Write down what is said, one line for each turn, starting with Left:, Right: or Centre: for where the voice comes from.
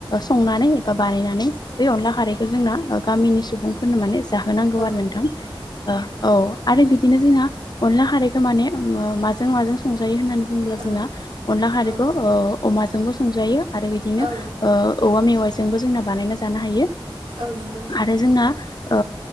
Left: संनानै एबा बानायनानै बै अनला खारैखौ जोंना ओ गामि नि सुबुंफोरनो माने जाहोनांगौ
Right: औ
Left: आरो नोंथां ओ औ आरो बिदिनो जोंना अनला खारै माने माजों माजों संजायो होननानै बुङोब्ला जोंना
Right: औ
Left: अनला खारैखौ
Right: औ
Left: अ अमा जोंबो संजायो आरो बिदिनो
Right: औ
Left: ओ औवा मेवाइजोंबो जोंना बानायना जानो हायो
Right: औ नंगौ नोंथां
Left: आरो जोंना ओ